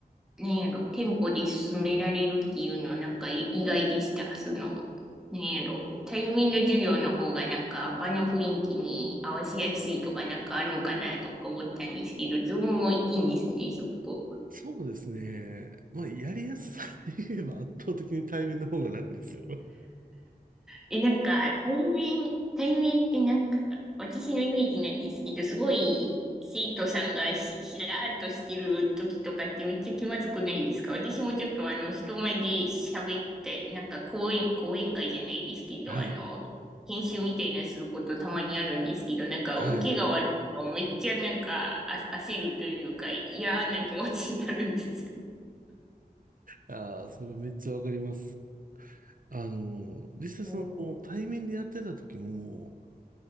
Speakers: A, in the centre; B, on the right.
A: なんやろ、店舗で進められるっていうの、なんか、い意外でした。その、なんやろ、対面の授業の方が、なんか、場の雰囲気に合わせやすいとか、なんかあるんかなとか思ったんですけど、ズームもいいんですね、すごく。
B: そうですね。まあ、やりやすさで言えば圧倒的に対面の方が楽ですよ。<laughs>
A: え、なんか、対面、対面ってなんか、私のイメージなんですけど、すごい、生徒さんがし、しらーっとしてる時とかってめっちゃ気まずくないですか私もちょっとあの、人前で喋って、なんか講演、講演会じゃないですけど、
B: はい。
A: あの、研修みたいなすることたまにあるんですけど、なんか、
B: はい。
A: 受けが悪いとめっちゃなんか、あ、焦るというか、嫌な気持ちになるんですよ。
B: ああ、それめっちゃわかります。あの、実際その、
A: うん
B: 対面でやってた時も、